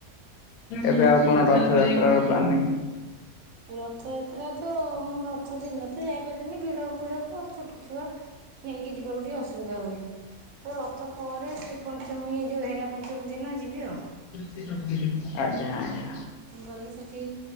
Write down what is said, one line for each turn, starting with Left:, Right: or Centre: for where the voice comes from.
Left: ଏବେ ଆଉ କଣ ରଥଯାତ୍ରାର ପ୍ଲାନିଂ?
Right: ରଥଯାତ୍ରା ତ ମୁଁ ରଥ ଦିନ ତ ଯାଇପାରେନି ଭିଡ଼ ଭିଡ଼କୁ ଛୋଟ ଛୁଆ। ନେଇକି ଯିବାକୁ ଟିକେ ଅସ ବିଧା ହୁଏ ତ ରଥ ପରେ ଶ୍ରୀପଞ୍ଚମୀ ଯୋଉ ହେରା ପଞ୍ଚମୀ ଦିନ ଯିବି ଆଉ।
Left: <unintelligible> ଆଜ୍ଞା।
Right: ଗଲେ ସେଠି